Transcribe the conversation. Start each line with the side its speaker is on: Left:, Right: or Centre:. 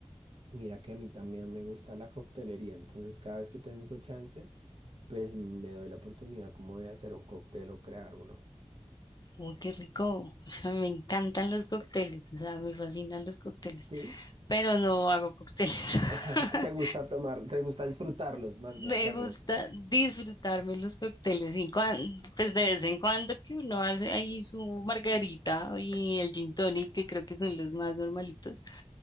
Right: Mira que a mí también me gusta la coctelería. Entonces, cada vez que tengo chance, pues me doy la oportunidad como de hacer un cóctel o crear uno.
Left: Uy, qué rico, o sea, me encantan los cócteles, o sea, me fascinan los cócteles,
Right: Sí.
Left: pero no hago cócteles.
Right: <laughs>
Left: <laughs>
Right: Te gusta tomar, te gusta disfrutarlos, más no
Left: Me
Right: hacerlos.
Left: gusta disfrutarme los cócteles y cuan- pues de vez en cuando que uno hace ahí su margarita y el gin tonic, que creo que son los más normalitos.